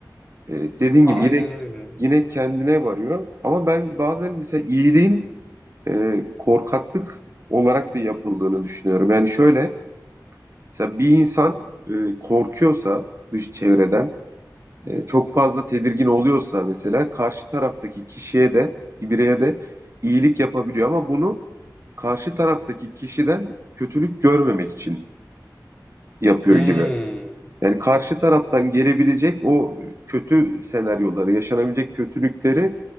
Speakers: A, on the right; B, in the centre.
A: Eee, dediğin
B: A-
A: gibi
B: aynen
A: yine
B: öyle.
A: yine kendine varıyor. Ama ben bazen mesela iyiliğin eee, korkaklık olarak da yapıldığını düşünüyorum. Yani şöyle mesela bir insan eee, korkuyorsa dış çevreden e, çok fazla tedirgin oluyorsa mesela karşı taraftaki kişiye de bireye de iyilik yapabiliyor ama bunu karşı taraftaki kişiden kötülük görmemek için yapıyor
B: Hmm.
A: gibi. Yani karşı taraftan gelebilecek o kötü senaryoları, yaşanabilecek kötülükleri